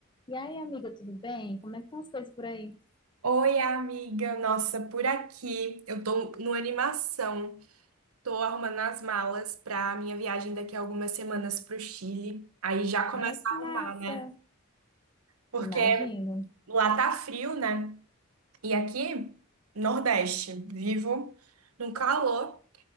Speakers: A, on the left (about 20°); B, on the right (about 85°).
A: E aí, amiga, tudo bem? Como é que estão as coisas por aí?
B: Oi, amiga. Nossa, por aqui. Eu tô numa animação. Tô arrumando as malas pra minha viagem daqui a algumas semanas pro Chile. Aí já começa
A: Ai, que
B: a
A: massa!
B: arrumar, né? Porque
A: Imagino,
B: lá tá frio, né? E aqui, Nordeste, vivo num calor.